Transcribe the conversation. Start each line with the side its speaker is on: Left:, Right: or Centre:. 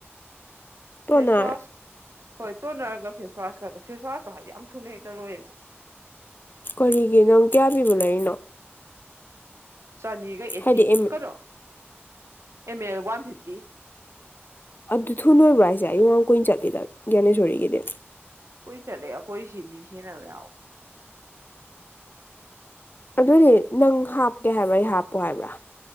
Left: ꯇꯣꯅꯔ
Right: ꯐꯦꯁꯋꯥꯁ ꯍꯣꯏ ꯇꯣꯟꯅꯔꯒ ꯐꯦꯁ ꯋꯥꯁꯀꯗꯣ ꯐꯦꯁꯋꯥꯁꯇꯣ ꯍꯥꯏꯗꯤ ꯌꯥꯝ ꯊꯨꯅ ꯍꯦꯛꯇ ꯂꯣꯏꯑꯦꯕ
Left: ꯀꯔꯤꯒꯤ ꯅꯪ ꯀꯌꯥ ꯄꯤꯕ ꯂꯩꯔꯤꯅꯣ
Right: ꯆꯅꯤꯒ ꯑꯦꯠꯇꯤ
Left: ꯍꯥꯏꯗꯤ ꯑꯦꯝ
Right: ꯀꯩꯅꯣ ꯑꯦꯝ ꯑꯦꯜ ꯋꯥꯟ ꯐꯤꯐꯇꯤ
Left: ꯑꯗꯨ ꯊꯨꯅ ꯂꯣꯏꯕ꯭ꯔꯣ ꯍꯥꯏꯁꯦ ꯑꯩ ꯌꯣꯡ ꯌꯥꯝ ꯀꯨꯏ ꯆꯠꯂꯤꯗ ꯒ꯭ꯌꯥꯅꯦꯁꯣꯔꯤꯒꯤꯗꯤ
Right: ꯀꯨꯏ ꯆꯠꯂꯦ ꯑꯩꯈꯣꯏ ꯁꯤ ꯃꯤꯁꯤꯖꯤꯟꯕ ꯌꯥꯎ
Left: ꯑꯗꯨꯏꯗꯤ ꯅꯪ ꯍꯥꯞꯀꯦ ꯍꯥꯏꯕ꯭ꯔꯥ ꯑꯩ ꯍꯥꯞꯄꯣ ꯍꯥꯏꯕ꯭ꯔꯥ